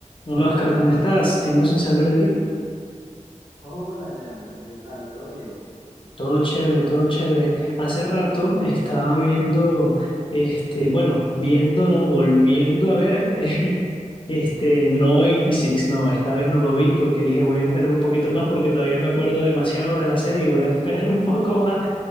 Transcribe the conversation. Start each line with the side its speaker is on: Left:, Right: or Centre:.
Left: Hola Oscar, ¿cómo estás? Tiempo sin saber de ti.
Right: Hola Leandro, ¿qué tal? ¿Todo bien?
Left: Todo chévere, todo chévere. Hace rato estaba viendo, este, bueno, viendo, no, volviendo a ver, eh, <laughs> este, no 86, no, esta vez no lo vi porque dije voy a esperar un poquito más porque todavía me acuerdo demasiado de la serie y voy a esperar <laughs> un poco más.